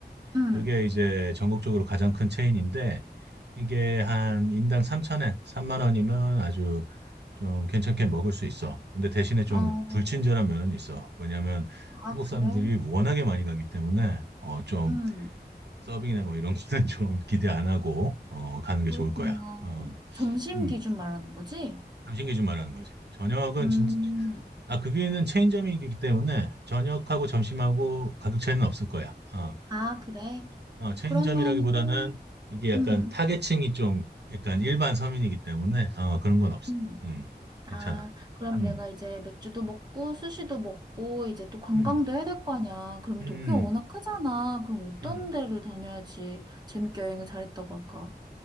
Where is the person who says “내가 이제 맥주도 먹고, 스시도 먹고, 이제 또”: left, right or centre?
Right